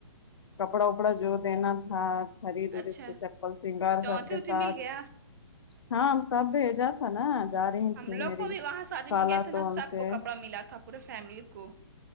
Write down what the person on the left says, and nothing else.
کپڑا وپڑا جو دینا تھا خرید ورید
کے چپل سنگار سب
کے
ساتھ
ہاں ہم سب بھیجت تھا نا جا رہی
تھی
میری
خالہ
تو
ان
سے